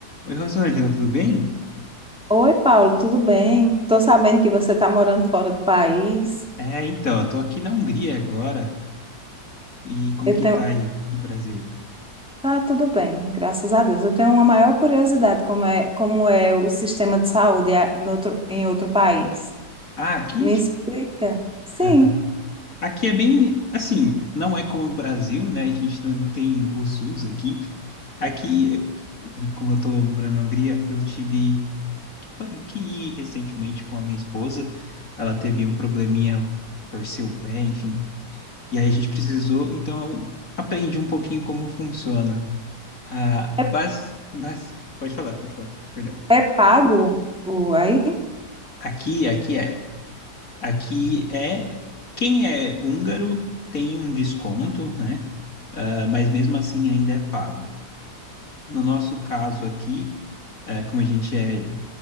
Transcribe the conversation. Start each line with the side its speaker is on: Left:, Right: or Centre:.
Left: Oi, Rosângela, tudo bem?
Centre: Oi, Paulo, tudo bem? Tô sabendo que você está morando fora do país.
Left: É, então, eu tô aqui na Hungria agora. E como
Centre: Eu
Left: que
Centre: tenho,
Left: tá aí no Brasil?
Centre: tá tudo bem, graças a Deus. Eu tenho uma maior curiosidade como é, como é o sistema de saúde a- no outro- em outro país.
Left: Ah, aqui,
Centre: Me
Left: tipo,
Centre: explica. Sim,
Left: aham. Aqui é bem, assim, não é como o Brasil, né? A gente não tem o SUS aqui. Aqui, como eu tô morando na Hungria, eu tive que que ir recentemente com a minha esposa. Ela teve um probleminha, torceu o pé, enfim. E aí a gente precisou, então eu aprendi um pouquinho como funciona. Ah,
Centre: é,
Left: bas, bas, pode falar, pode falar. Perdão.
Centre: é, é pago o aí?
Left: Aqui, aqui é. Aqui é. Quem é húngaro tem um desconto, né? Ah, mas mesmo assim ainda é pago. No nosso caso aqui, eh, como a gente é